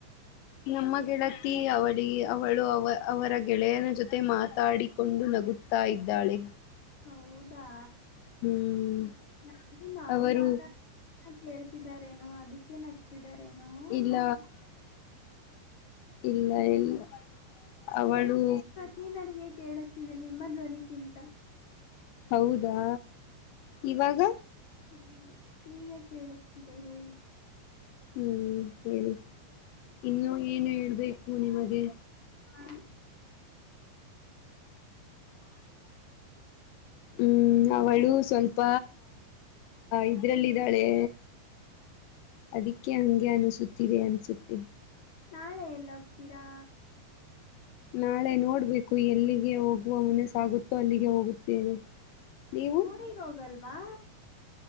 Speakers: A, on the left; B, on the left.
A: ನಮ್ಮ ಗೆಳತಿ ಅವಳಿ ಅವಳು ಅವ ಅವರ ಗೆಳೆಯನ ಜೊತೆ ಮಾತಾಡಿಕೊಂಡು ನಗುುತ್ತ ಹತಾ ಇದ್ದಾಳೆ
B: ಹೌದಾ
A: ಹ್ಮ್
B: ನು ನಾವು
A: ಅವರು
B: ಮಾತಾ ಹ ಕೇಳ್ತಿದಾರೇನೋ ಅದಕ್ಕೇ ನಗ್ತಿದಾರೇನೋ ಅಂತ
A: ಇಲ್ಲ
B: ಅನ್ಕೊಂಡೆ.
A: ಇಲ್ಲ ಇಲ್ಲ ಅವಳು
B: ನೀ ನನಗೆ ಕೇಳುತ್ತಿದೆ ನಿಮ್ಮ ಧ್ವನಿಗಿಂತ
A: ಹೌದಾ ಇವಾಗ
B: ನೀ ಈಗ ಕೇಳಿಸತಿದೆ ಹೇಳಿ
A: ಹ್ಮ್ ಹೇಳಿ ಇನ್ನು ಏನು ಹೇಳ್ಬೇಕು ನಿಮಗೆ
B: ಹಾ
A: ಹ್ಮ್ ಅವಳು ಸ್ವಲ್ಪ ಇದ್ರಲ್ಲಿದ್ದಾಳೆ ಅದಿಕ್ಕೆ ಹಂಗೆ ಅನಸುತ್ತಿವೆ ಅನ್ಸುತ್ತೆ
B: ನಾಳೆ ಎಲ್ಲ ಹೋಗತೀರಾ
A: ನಾಳೆ ನೋಡ್ಬೇಕು ಎಲ್ಲಿಗೆ ಹೋಗುವ ಮನೆ ಸಾಗುತ್ತೋ ಅಲ್ಲಿಗೆ ಹೋಗುತ್ತೇವೆ ನೀವು
B: ಊರಿಗೆ ಹೋಗಲ್ವಾ